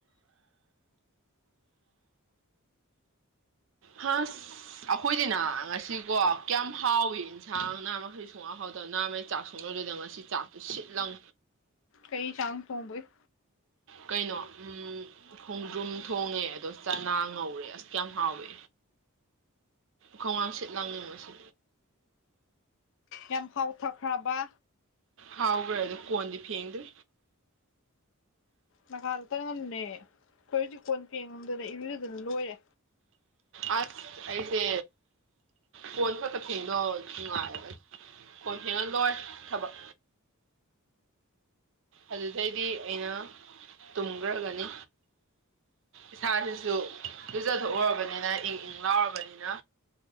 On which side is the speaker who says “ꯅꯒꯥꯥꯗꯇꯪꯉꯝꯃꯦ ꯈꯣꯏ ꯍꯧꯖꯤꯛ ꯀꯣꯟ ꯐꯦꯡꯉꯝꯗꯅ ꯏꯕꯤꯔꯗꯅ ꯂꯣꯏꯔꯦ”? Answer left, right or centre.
Left